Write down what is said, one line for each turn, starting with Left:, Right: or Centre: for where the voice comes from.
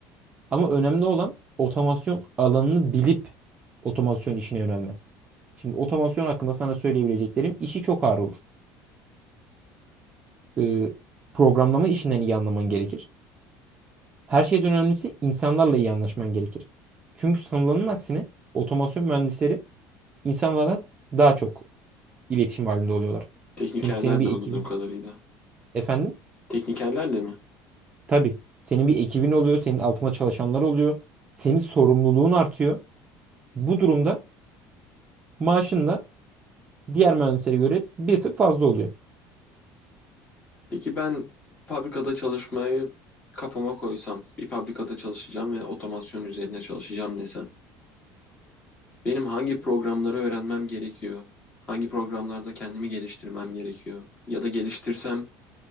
Right: Ama önemli olan otomasyon alanını bilip otomasyon işine yönelmen. Şimdi otomasyon hakkında sana söyleyebileceklerim işi çok ağır olur. Ee, programlama işinden iyi anlaman gerekir. Her şeyden önemlisi insanlarla iyi anlaşman gerekir. Çünkü sanılanın aksine otomasyon mühendisleri insanlara daha çok iletişim halinde oluyorlar.
Left: Teknikerlerle
Right: Çünkü senin bir
Left: anladığım
Right: ekibin
Left: kadarıyla.
Right: efendim
Left: Teknikerlerle mi?
Right: tabii senin bir ekibin oluyor, senin altında çalışanlar oluyor. Senin sorumluluğun artıyor. Bu durumda maaşın da diğer mühendislere göre bir tık fazla oluyor.
Left: Peki ben fabrikada çalışmayı kafama koysam, bir fabrikada çalışacağım ve otomasyon üzerine çalışacağım desem, benim hangi programları öğrenmem gerekiyor? Hangi programlarda kendimi geliştirmem gerekiyor? Ya da geliştirsem